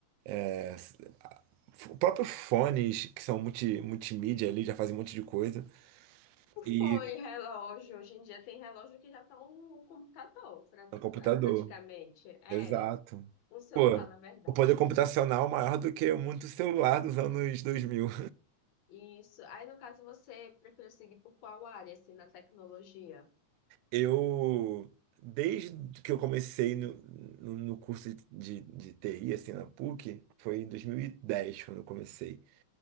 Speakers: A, on the right (about 80°); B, on the left (about 65°).
A: é, f- próprios fones que são multi, multimídia ali, já fazem um monte de coisa. E
B: Foi relógio. Hoje em dia tem relógio que já está um computador, pra- pra-
A: no computador.
B: praticamente. É,
A: Exato.
B: um celular,
A: Pô,
B: na verdade.
A: o poder computacional maior do que muito celular dos anos dois mil
B: Isso. Aí, no caso, você prefere seguir por qual área, assim, na tecnologia?
A: Eu, desde que eu comecei no, no, no curso de, de TI, assim, na PUC, foi em 2010 quando eu comecei.